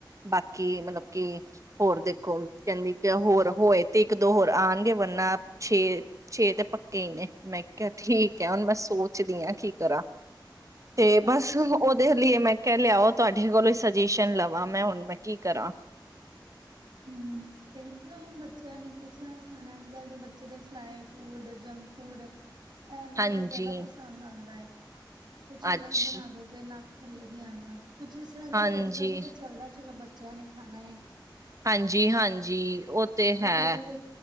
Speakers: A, on the right; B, on the right.
A: ਬਾਕੀ ਮਤਲਬ ਕਿ ਹੋਰ ਦੇਖੋ ਕਹਿੰਦੀ ਹੋਰ ਹੋਏ ਤੇ ਇੱਕ ਦੋ ਹੋਰ ਆਣਗੇ ਵਰਨਾ ਛੇ ਛੇ ਤੇ ਪੱਕੇ ਹੀ ਨੇ। ਮੈਂ ਕਿਹਾ ਠੀਕ ਹੈ ਹੁਣ ਮੈਂ ਸੋਚਦੀ ਹਾ ਕੀ ਕਰਾਂ। ਤੇ ਬਸ
B: ਅੱਛਾ
A: ਉਹਦੇ ਲਈ ਮੈਂ ਕਹਿ ਲਿਆ ਉਹ ਤੁਹਾਡੇ ਕੋਲੋਂ ਸਜੈਸ਼ਨ ਲਵਾਂ ਮੈਂ ਹੁਣ ਮੈਂ ਕੀ ਕਰਾਂ।
B: ਹੂੰ ਦੇਖਲੋ ਬੱਚਿਆਂ ਨੇ ਕਿਸ ਤਰ੍ਹਾਂ ਖਾਣਾ ਅੱਜ ਕੱਲ੍ਹ ਦੇ ਬੱਚੇ ਦੇ ਫਰਾਈ ਫੂਡ ਜੰਕ ਫੂਡ ਇਹ ਇਹਨਾਂ
A: ਹਾਂਜੀ
B: ਨੂੰ ਇਹ ਜ਼ਿਆਦਾ ਪਸੰਦ ਆਦਾ ਏ। ਕੁਛ ਅਲੱਗ
A: ਅੱਛ
B: ਬਣਾ ਦੋ ਤੇ ਨਾ ਥੱਲੇ ਨਹੀਂ ਆਂਦਾ। ਕੁਛ ਇਸ ਤਰ੍ਹਾਂ ਦਾ
A: ਹਾਂਜੀ
B: ਹੀ ਕਦੀ ਕਦੀ ਤਾਂ ਚੱਲਦਾ ਚਲੋ ਬੱਚੇ ਬੱਚਿਆਂ ਨੇ ਖਾਣਾ ਏ
A: ਹਾਂਜੀ ਹਾਂਜੀ ਉਹ ਤੇ ਹੈ।
B: ਕਦੀ ਤੇ